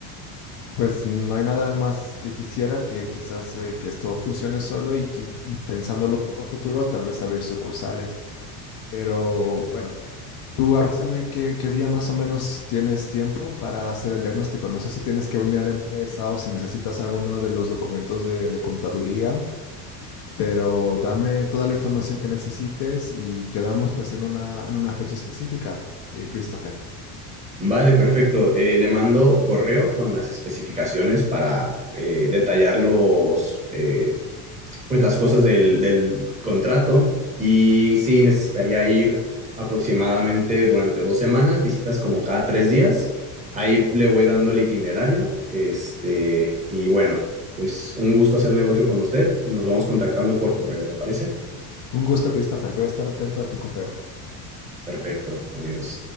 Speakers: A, on the left; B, on the right.
A: Pues no hay nada más que quisiera que quizás eh, que esto funcione solo y, quis- y pensándolo un poco a futuro, tal vez abrir sucursales. Pero bueno, tú avísame qué, qué día más o menos tienes tiempo para hacer el diagnóstico. No sé si tienes que venir a la empresa o si necesitas alguno de los documentos de, de contaduría, pero dame toda la información que necesites y quedamos pues en una, en una fecha específica, eh, Christopher.
B: Vale, perfecto. Eh, le mando correo con las especificaciones para eh, detallar los, eh, pues las cosas del, del contrato. Y sí, necesitaría ir aproximadamente durante dos semanas, visitas como cada tres días. Ahí le voy dando el itinerario. Este, y bueno, pues un gusto hacer negocio con usted. Nos vamos contactando por correo, ¿le parece?
A: Un gusto, Christopher. Voy a estar atento a tu correo.
B: Perfecto. Adiós.